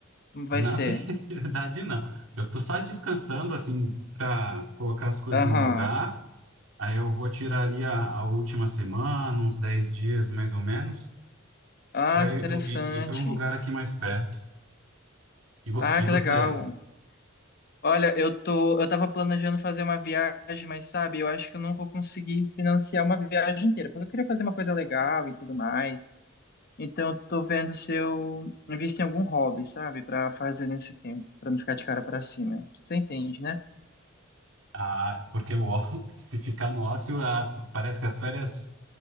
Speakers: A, on the left; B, on the right.
A: Como vai
B: Na
A: ser?
B: <laughs> verdade, não. Eu tô só descansando, assim, para colocar as coisas
A: Aham.
B: no lugar. Aí eu vou tirar ali a, a última semana, uns 10 dias mais ou menos,
A: Ah,
B: para
A: que
B: eu
A: interessante.
B: ir, ir para um lugar aqui mais perto. E, vo-
A: Ah,
B: e
A: que
B: você?
A: legal. Olha, eu tô, eu tava planejando fazer uma viagem, mas sabe, eu acho que eu não vou conseguir financiar uma viagem inteira, porque eu queria fazer uma coisa legal e tudo mais. Então, eu tô vendo se eu invisto em algum hobby, sabe, Pra fazer nesse tempo, pra não ficar de cara pra cima. Você entende, né?
B: Ah, porque o ó- <laughs> se ficar no ócio, as- parece que as férias